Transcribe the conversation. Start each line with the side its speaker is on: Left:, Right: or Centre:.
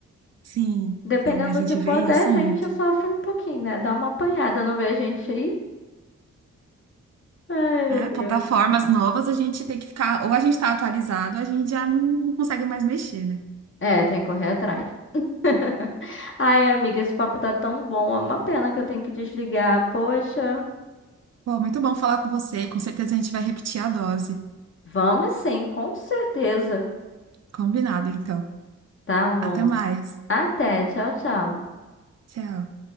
Right: Sim,
Left: Dependendo
Right: sim, a gente
Left: do que for,
Right: vê
Left: até
Right: isso
Left: a gente
Right: muito.
Left: sofre um pouquinho, né? Dá uma apanhada, não vê a gente aí? Ai,
Right: É,
Left: meu Deus.
Right: plataformas novas a gente tem que ficar, ou a gente tá atualizado, ou a gente já não não consegue mais mexer, né?
Left: É, tem que correr atrás. <laughs> Ai, amiga, esse papo tá tão bom. É uma pena que eu tenho que desligar. Poxa.
Right: Bom, muito bom falar com você. Com certeza a gente vai repetir a dose.
Left: Vamos sim, com certeza.
Right: Combinado, então.
Left: Tá bom.
Right: Até mais.
Left: Até, tchau, tchau.
Right: Tchau.